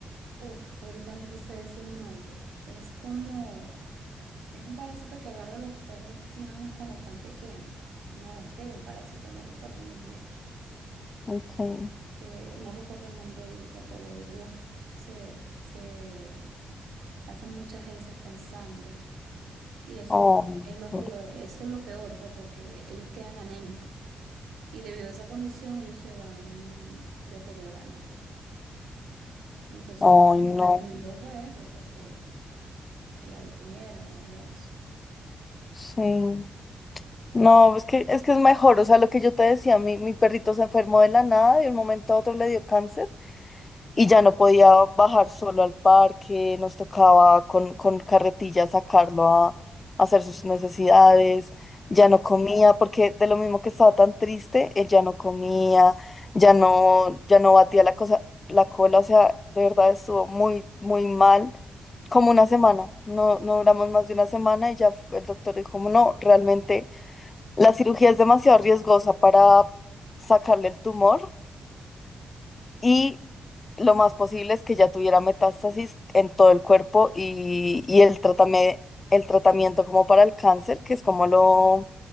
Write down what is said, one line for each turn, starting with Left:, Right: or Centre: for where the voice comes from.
Right: Uf, ahorita no te sé decir el nombre. Es como... Es un parásito que agarra a los perros nada más cuando están pequeños. Una bacteria, un parásito, no recuerdo muy bien.
Left: Okay.
Right: Este, no recuerdo el nombre ahorita, pero ellos se, se hacen muchas heces con sangre. Y eso
Left: Oh,
Right: es lo
Left: pobre-
Right: que lo, eso es lo peor, pues, porque ellos quedan anémicos. Y debido a esa condición, ellos se van deteriorando, pues. Entonces,
Left: ay,
Right: lo que nos
Left: no.
Right: recomendó fue eso, pues, que, que la durmiéramos y eso.
Left: Sí. No, es que, es que es mejor. O sea, lo que yo te decía, mi, mi perrito se enfermó de la nada, de un momento a otro le dio cáncer. y ya no podía bajar solo al parque, nos tocaba con, con carretilla sacarlo a, a hacer sus necesidades,
Right: Wow.
Left: ya no comía, porque de lo mismo que estaba tan triste, él ya no comía, ya no, ya no batía la cosa, la cola, o sea, de verdad estuvo muy, muy mal, como una semana, no, no duramos más de una semana y ya el doctor dijo, como no, realmente la cirugía es demasiado riesgosa para sacarle el tumor y lo más posible es que ya tuviera metástasis en todo el cuerpo y, y el tratame- el tratamiento como para el cáncer, que es como lo